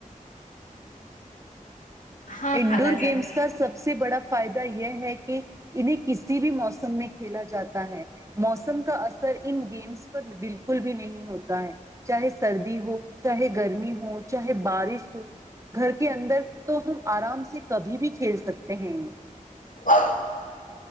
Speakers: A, on the left; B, on the right.
A: ہاں
B: انڈور
A: خالہ جان
B: گیمس کا سب سے بڑا فائدہ یہ یہ ہے کہ انہیں کسی بھی موسم میں کھیلا جاتا ہے موسم کا اثر ان گیمس پر بالکل بھی نہیں ہوتا ہے چاہے سردی ہو چاہے گرمی ہو چاہے بارش ہو گھر کے اندر تو ہم آرام سے کبھی بھی کھیل سکتے ہیں
A: ہاں